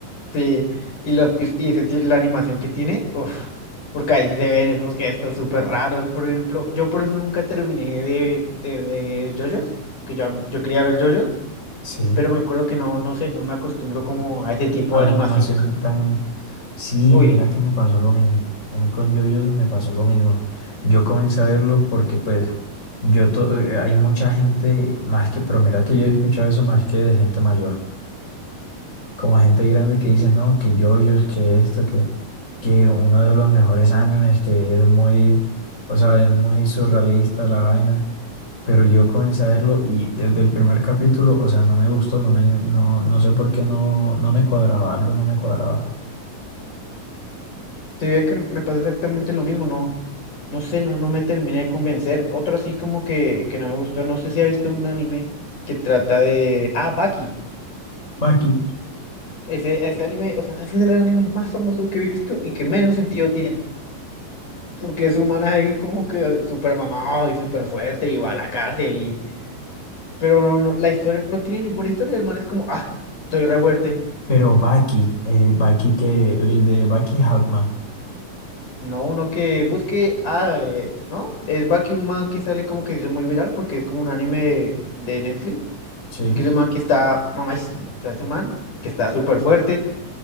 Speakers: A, on the left; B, on the left.
A: Sí, y, los, y, y ese ti- la animación que tiene, uff, porque ahí sí se ven esos gestos súper raros, por ejemplo. Yo por eso nunca terminé de, de ver JoJo's, que yo, yo quería ver JoJo's,
B: Sí,
A: pero me acuerdo que no, no sé, no me acostumbro como a ese tipo
B: a
A: de
B: la
A: animación.
B: animación tan... Sí,
A: Uy,
B: mira
A: sí.
B: que me pasó lo mismo. A mí con yoyos me pasó lo mismo. Yo comencé a verlo porque pues yo to- eh, hay mucha gente más que, pero mira que yo he escuchado eso más que de gente mayor. como gente grande que dice, no, que yoyos, que esto, que, que uno de los mejores animes, que es muy, o sea, es muy surrealista la vaina. Pero yo comencé a verlo y desde el primer capítulo, o sea, no me gustó, no me, no, no sé por qué no, no me cuadraba, algo no me cuadraba.
A: Sí, veía que me pasó exactamente lo mismo, no, no sé, no, no me terminé de convencer. Otro así como que, que no me gustó, no sé si ha visto un anime que trata de... Ah, Baki.
B: Baki,
A: Ese, ese anime, o sea, ese es el anime más famoso que he visto y que menos sentido tiene. porque ese humana es ahí como que súper mamado y súper fuerte y va a la cárcel y... Pero no, no, la historia, no tiene ninguna historia, el man es como, ah, estoy re fuerte.
B: pero Baki, eh, Baki que, el de Baki Hatma,
A: No, uno que busque, ah, eh, ¿no? Es Baki un man que sale como que se hizo muy viral porque es como un anime de, de Netflix,
B: ¿sí?
A: que es un man que está mamadísimo, o sea, es un man que está súper fuerte